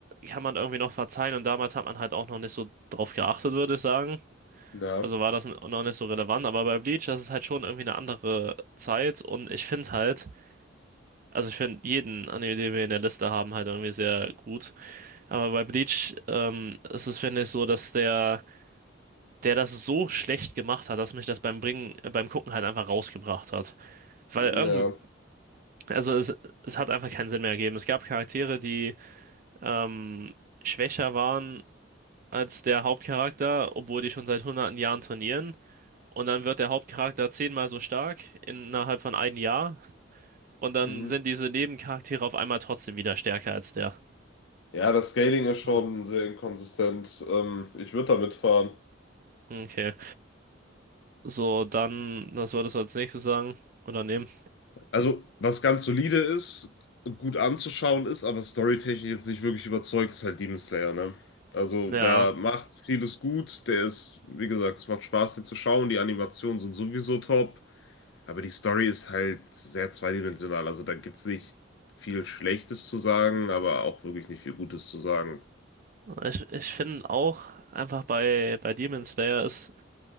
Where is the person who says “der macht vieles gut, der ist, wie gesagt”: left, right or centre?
Left